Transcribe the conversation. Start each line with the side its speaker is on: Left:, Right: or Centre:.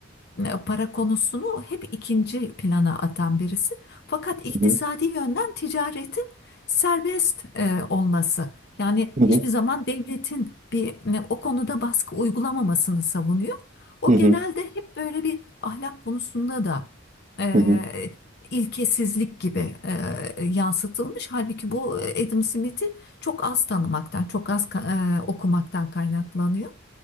Left: e, para konusunu hep ikinci plana atan birisi. Fakat iktisadi
Right: Hı hı.
Left: yönden ticaretin serbest e, olması. Yani
Right: Hı hı.
Left: hiçbir zaman devletin bir ne, o konuda baskı uygulamamasını savunuyor. O
Right: Hı hı.
Left: genelde hep böyle bir ahlak konusunda da e,
Right: Hı hı.
Left: ilkesizlik gibi e, yansıtılmış. Halbuki bu Adam Smith'i çok az tanımaktan, çok az ka- e, okumaktan kaynaklanıyor.